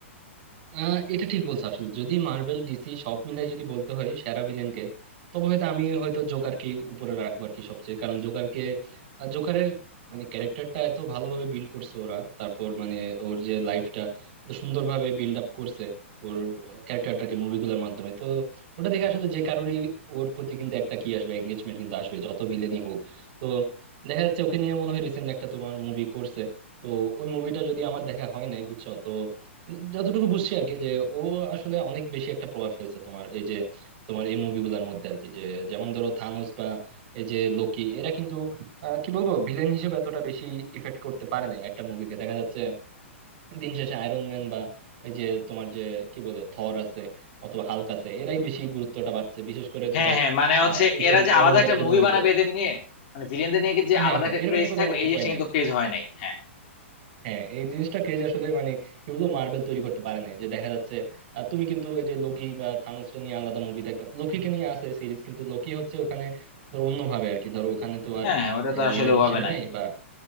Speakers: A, on the right; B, on the left.
A: আহ এটা ঠিক বলছো আসলে যদি মার্বেল ডিসি সব মিলাই যদি বলতে হয় সেরা ভিলেনকে তবে হয়তো আমি হয়তো জোকারকে উপরে রাখবো আর কি সবচেয়ে কারণ জোকারকে আহ, জোকারের মানে ক্যারেক্টারটা এত ভালোভাবে বিল্ড করছে ওরা তারপর মানে ওর যে লাইফটা এত সুন্দরভাবে বিল্ড আপ করছে ওর ক্যারেক্টারটাকে মুভিগুলোর মাধ্যমে তো ওটা দেখে আসলে যে কারোরই ওর প্রতি কিন্তু একটা কি আসবে এঙ্গেজমেন্ট কিন্তু আসবে যত ভিলেনই হোক তো দেখা যাচ্ছে ওকে নিয়ে মনে হয় রিসেন্ট একটা তোমার মুভি করছে তো ওই মুভিটা যদি আমার দেখা হয় নাই বুঝছো তো যতটুকু বুঝছি আর কি যে ও আসলে অনেক বেশি একটা প্রভাব ফেলছে তোমার এই যে তোমার এই মুভিগুলোর মধ্যে আর কি যে যেমন ধরো থানোস বা এই যে লোকি এরা কিন্তু আহ, কি বলবো ভিলেন হিসেবে এতটা বেশি ইফেক্ট করতে পারে নাই একটা মুভিকে দেখা যাচ্ছে দিন শেষে আয়রন ম্যান বা এই যে তোমার যে কি বলে থর আছে অথবা হাল্ক আছে এরাই বেশি গুরুত্বটা পাচ্ছে বিশেষ করে
B: হ্যাঁ
A: তোমার
B: হ্যাঁ মানে হচ্ছে
A: আহ এইসব
B: এরা যে
A: অ্যাভেঞ্জারদের
B: আলাদা একটা মুভি
A: মুভিতে
B: বানাবে এদের নিয়ে মানে ভিলেনদের নিয়ে কি যে
A: হ্যাঁ
B: আলাদা
A: হ্যাঁ
B: একটা
A: এরকম
B: ক্রেজ
A: কোনো
B: থাকবে এই
A: উপায়
B: জিনিসটা
A: নাই
B: কিন্তু ক্রেজ হয় নাই হ্যাঁ
A: হ্যাঁ এই জিনিসটা কেজ আসলে মানে কি বলবো মার্বেল তৈরি করতে পারে নাই যে দেখা যাচ্ছে আহ, তুমি কিন্তু ওই যে লোকি বা থানোসকে নিয়ে আলাদা মুভি দেখবে লোকিকে নিয়ে আছে সিরিজ কিন্তু লোকি হচ্ছে ওখানে ধরো অন্যভাবে আর কি ধরো ওখানে তো আর
B: হ্যাঁ হ্যাঁ, ওটা তো আসলে
A: ভিলেন
B: ওভাবে
A: হিসেবে
B: নাই
A: নাই বা